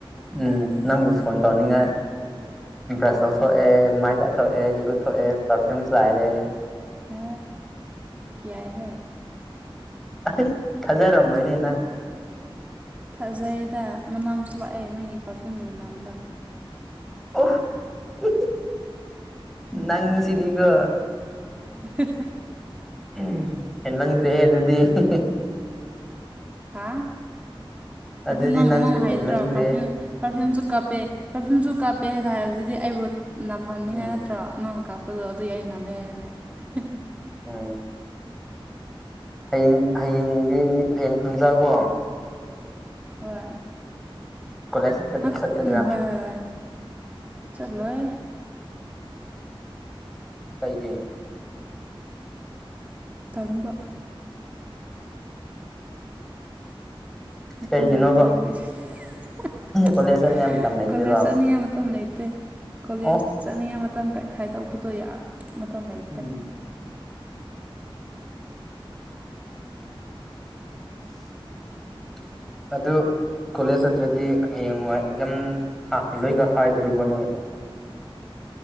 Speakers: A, in the centre; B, on the right.
A: ꯎꯝ ꯅꯪꯕꯨ ꯐꯣꯟ ꯇꯧꯅꯤꯡꯉꯥꯏ ꯕ꯭ꯔꯁ ꯇꯧꯊꯣꯛꯑꯦ ꯃꯥꯏ ꯇꯥ ꯊꯣꯛꯑꯦ ꯏꯔꯨꯠ ꯊꯣꯛꯑꯦ ꯄꯔꯐ꯭ꯌꯨꯝ ꯆꯥꯏꯔꯦ
B: ꯍꯦ ꯌꯥꯏꯍꯦ
A: <unintelligible> ꯊꯥꯖꯔꯝꯃꯣꯏꯅꯦ ꯅꯪ
B: ꯊꯥꯖꯩꯗ ꯃꯅꯥꯝꯁꯨ ꯂꯥꯛꯑꯦ ꯅꯪꯒꯤ ꯄꯥꯔꯐ꯭ꯌꯨꯝꯒꯤ ꯃꯅꯥꯝꯗꯣ
A: ꯑꯣ <unintelligible> ꯅꯪꯁꯤꯗꯤꯀꯣ
B: <unintelligible>
A: ꯎꯝ ꯍꯟꯃꯟꯈ꯭ꯔꯦ ꯑꯗꯨꯗꯤ ꯍꯤꯍꯤ
B: ꯍꯥ
A: ꯑꯗꯨꯗꯤ
B: ꯑꯗꯨ ꯅꯪ
A: ꯅꯪꯁꯨ
B: ꯅꯪ ꯍꯥꯏꯗ꯭ꯔꯣ
A: ꯍꯦꯟꯃꯟꯈ꯭ꯔꯦꯍꯦ
B: ꯄꯥꯔꯐꯤꯌꯨꯝ ꯄꯥꯔꯐ꯭ꯌꯨꯝꯁꯨ ꯀꯞꯄꯦ ꯄꯔꯐ꯭ꯌꯨꯝꯁꯨ ꯀꯥꯞꯄꯦꯅ ꯍꯥꯏꯕꯗꯨꯗꯤ ꯑꯩꯕꯨ ꯅꯝꯍꯟꯅꯤꯡꯉꯥꯏ
A: ꯎꯝ
B: ꯅꯠꯇ꯭ꯔꯣ ꯅꯉꯣꯟ ꯀꯥꯞ ꯄꯗꯣ ꯑꯗꯨꯏ ꯑꯩ ꯅꯝꯃꯦ ꯍꯥꯏꯝꯅꯦ <unintelligible>
A: ꯎꯝ ꯍꯌꯦꯡ ꯍꯌꯦꯡꯗꯤ ꯍꯌꯦꯡ ꯈꯪꯖ ꯀꯣ
B: ꯍꯣꯏ
A: ꯀꯣꯂꯦꯖ
B: ꯅꯠ
A: ꯆꯠꯀꯗ꯭ꯔꯥ
B: ꯎꯝ ꯍꯣꯏ ꯍꯣꯏ ꯍꯣꯏ ꯆꯠꯂꯣꯏ
A: ꯀꯩꯒꯤ
B: ꯇꯝꯕ ꯃꯇꯝ
A: ꯀꯩꯒꯤꯅꯣꯕ
B: ꯂꯩꯇꯦ ꯑꯩꯈꯣꯏꯗꯤ <unintelligible>
A: ꯀꯣꯂꯦꯖ ꯆꯠꯅꯤꯡꯉꯥꯏ ꯃꯇꯝ ꯂꯩꯇꯦꯕ
B: ꯀꯣꯂꯦꯁ ꯆꯠꯅꯤꯉꯥꯏ ꯃꯇꯝ ꯂꯩꯇꯦ ꯀꯣꯂꯦꯖ
A: ꯑꯣ
B: ꯆꯠꯅꯤꯡꯉꯩ ꯃꯇꯝ ꯀ ꯈꯥꯏꯗꯣꯛꯄꯗꯣ ꯌꯥ ꯃꯇꯝ ꯂꯩꯇꯦ
A: ꯎꯝ <inaudible> ꯑꯗꯨ ꯀꯣꯂꯦꯖ ꯆꯠꯇ꯭ꯔꯗꯤ ꯍꯌꯦꯡꯋꯥꯏ ꯑꯦꯛꯖꯥꯝ ꯊꯥꯍꯜꯂꯣꯏꯒ ꯍꯥꯏꯗꯨꯔꯤꯕꯅꯣꯏ